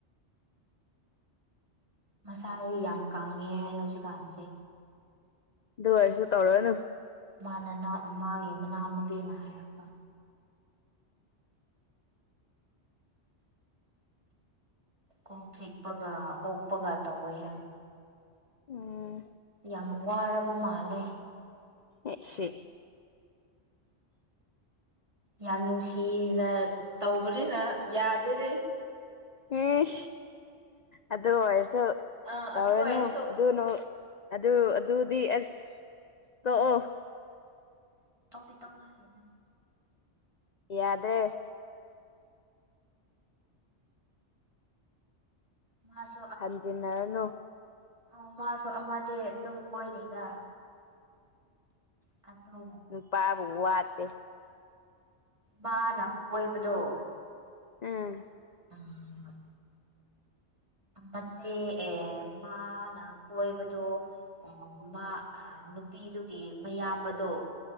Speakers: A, on the right; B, on the left.
A: ꯃꯁꯥꯥꯁꯦ ꯌꯥꯝ ꯀꯪꯉꯦ ꯍꯥꯏ ꯍꯧꯖꯤꯛꯀꯥꯟꯁꯦ
B: ꯑꯗꯨ ꯑꯣꯏꯔꯁꯨ ꯇꯧꯔꯅꯨ
A: ꯃꯥꯅ ꯃꯥꯒꯤ ꯃꯅꯥꯎꯅꯨꯄꯤꯅ ꯍꯥꯏꯔꯛꯄ ꯀꯣꯛ ꯆꯤꯛꯄꯒ ꯑꯣꯛꯄꯒ ꯇꯧꯋꯦ ꯍꯥꯢ
B: ꯎꯝ
A: ꯌꯥꯝ ꯋꯥꯔꯕ ꯃꯥꯜꯂꯦ
B: ꯑꯦ ꯁꯤ
A: ꯌꯥꯝ ꯅꯨꯡꯁꯤꯅ ꯇꯧꯕꯅꯤꯅ ꯌꯥꯗꯦꯅꯦ
B: ꯎꯝ ꯑꯗꯨ ꯑꯣꯏꯔꯁꯨ
A: ꯑꯥ
B: ꯇꯧꯔꯅꯨ
A: ꯑꯗꯨ ꯑꯣꯏꯔꯁꯨ
B: ꯑꯗꯨꯅ ꯑꯗꯨ ꯑꯗꯨꯗꯤ ꯑꯁ ꯇꯣꯛꯑꯣ
A: ꯇꯧꯗꯤ ꯇꯧꯅꯔꯦꯗ
B: ꯌꯥꯗ꯭ꯔꯦ
A: ꯃꯥ <unintelligible>
B: ꯍꯟꯖꯤꯟꯅꯔꯅꯨ
A: ꯑ ꯃꯥꯁꯨ ꯑꯃꯗꯤ ꯑꯗꯨꯝ ꯀꯣꯏꯔꯤꯗ ꯑꯗꯣ
B: ꯅꯨꯄꯥꯕꯨ ꯋꯥꯠꯇꯦ
A: ꯃꯅꯥ ꯀꯣꯏꯕꯗꯣ
B: ꯎꯝ
A: ꯎꯝ ꯃꯆꯦ ꯑꯦ ꯃꯥꯅ ꯀꯣꯏꯕꯗꯣ ꯎ ꯃꯥ ꯑꯥ ꯅꯨꯄꯤꯗꯨꯒꯤ ꯃꯌꯥꯝꯕꯗꯣ